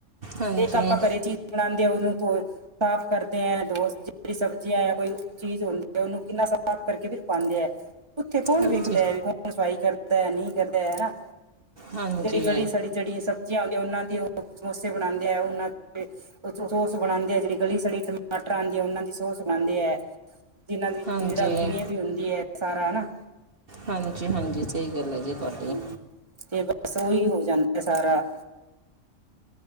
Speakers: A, on the right; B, on the right.
A: ਹਾਂਜੀ
B: ਤੇ ਇੱਕ ਆਪਾਂ ਘਰੇ ਚੀਜ਼ ਬਣਾਉਂਦੇ ਆ ਉਹਦੇ ਕੋ ਸਾਫ਼ ਕਰਦੇ ਹੈ ਦੋਸ ਜਿਹੜੀ ਸਬਜ਼ੀਆਂ ਹੈ ਕੋਈ ਚੀਜ਼ ਓਹੀ ਆ ਉਹਨੂੰ ਕਿੰਨਾ ਸਾਫ਼ ਕਰਕੇ ਵੀ ਪਾਉਂਦੇ ਆ ਉੱਥੇ ਕੌਣ
A: ਹਾਂਜੀ
B: ਵੇਖਦਾ ਹੈ ਵੀ ਕੌਣ ਸਫਾਈ ਕਰਦਾ ਨਹੀਂ ਕਰਦਾ ਹਨਾ
A: ਹਾਂਜੀ
B: ਜਿਹੜੀ ਗਲੀ ਸੜੀਆਂ ਜਿੜੀਆਂ ਸਬਜ਼ੀਆਂ ਆਂਦੀਆਂ ਉਹਨਾਂ ਦੀ ਉਹ ਸਮੋਸੇ ਬਣਾਉਂਦੇ ਆ ਉਹਨਾਂ ਦੇ ਸੋਸ ਬਣਾਉਂਦੇ ਆ ਜਿਹੜੀ ਗਲੀ ਸਲੀ ਟਮਾਟਰ ਆਉਂਦੇ ਆ ਉਹਨਾਂ ਦੀ ਬਣਾਾਉਂਦੇ ਹੈ ਜਿਹਨਾਂ ਦੀ
A: ਹਾਂਜੀ
B: ਕੀੜਾ ਕੀੜੇ ਵੀ ਹੁੰਦੀ ਹੈ ਸਾਰਾ ਹਨਾ
A: ਹਾਂਜੀ ਹਾਂਜੀ ਸਹੀ ਗੱਲ ਹੈ ਜੀ ਤੁਹਾਡੀ
B: ਹਮ ਤੇ ਬਸ ਉਹੀ ਹੋ ਜਾਂਦਾ ਸਾਰਾ